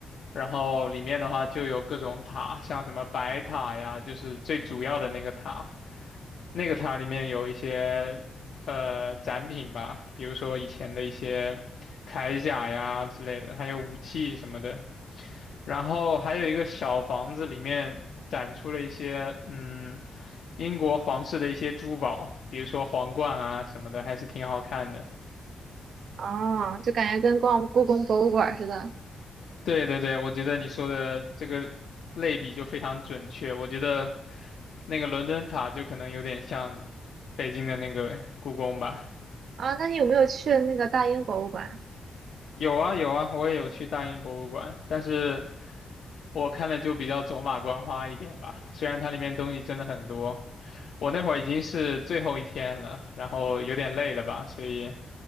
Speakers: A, on the left; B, on the right.
A: 然后里面的话就有各种塔，像什么白塔呀，就是最主要的那个塔。那个塔里面有一些呃展品吧，比如说以前的一些铠甲呀之类的，还有武器什么的。然后还有一个小房子里面展出了一些，嗯，英国皇室的一些珠宝，比如说皇冠啊什么的，还是挺好看的。
B: 哦，就感觉跟逛故宫博物馆似的
A: 对对对，我觉得你说的这个类比就非常准确。我觉得那个伦敦塔就可能有点像北京的那个故宫吧。
B: 啊。那你有没有去那个大英博物馆？
A: 有啊有啊，我也有去大英博物馆，但是我看的就比较走马观花一点吧。虽然它里面东西真的很多。我那会儿已经是最后一天了，然后有点累了吧，所以